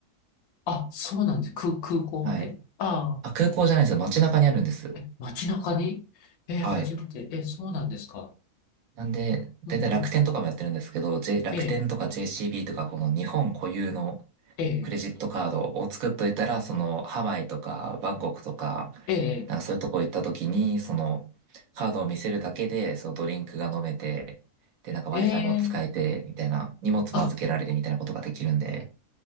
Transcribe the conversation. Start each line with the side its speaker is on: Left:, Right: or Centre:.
Left: あ、そうなんです。空、空港ってあ
Right: はい。あ、空港じゃないですよ。街中にあるんです。
Left: あ。え、街中にえ、初めて。
Right: はい。
Left: え、そうなんですか。
Right: なんで、
Left: うんうん。
Right: だいたい楽天とかもやってるんですけど、J、楽天とか
Left: ええ、
Right: JCB とか、この日本固有の
Left: ええ、
Right: クレジットカードを作っといたら、そのハワイとかバンコクとか、
Left: ええ、
Right: なんかそういうとこ行った時に、そのカードを見せるだけで、そのドリンクが飲めて、で、なんか Wi-Fi
Left: ええ。
Right: も使えて、みたいな、荷物も預けられるみたいなことができるんで、
Left: あ、